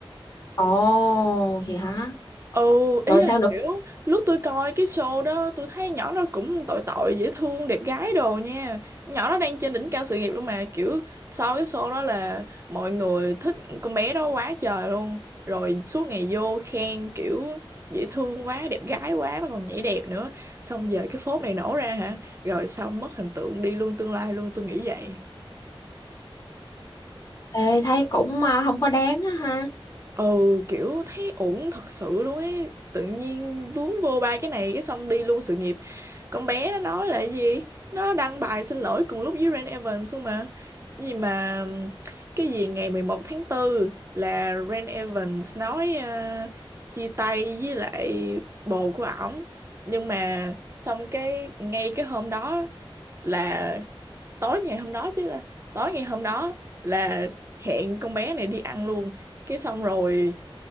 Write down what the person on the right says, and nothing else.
Ừ,
ý là
kiểu lúc tôi coi cái show đó tôi thấy nhỏ nó cũng tội tội dễ thương đẹp gái đồ nha nhỏ nó đang trên đỉnh cao sự nghiệp luôn mà kiểu sau cái show đó là mọi người thích con bé đó quá trời luôn rồi suốt ngày vô khen kiểu dễ thương quá đẹp gái quá mà còn nhảy đẹp nữa xong giờ cái phốt này nổ ra hả rồi xong mất hình tượng đi luôn tương lai luôn tôi nghĩ vậy
ừ kiểu thấy ổn thật sự luôn ấy tự nhiên vướng vô ba cái này cái xong đi luôn sự nghiệp con bé nó nói là cái gì nó đăng bài xin lỗi cùng lúc với Rain Evans luôn mà Cái gì mà ừm, cái gì ngày 11 tháng tư là Rain Evans nói ờ, chia tay với lại bồ của ổng nhưng mà xong cái ngay cái hôm đó là tối ngày hôm đó chứ là tối ngày hôm đó là hẹn con bé này đi ăn luôn cái xong rồi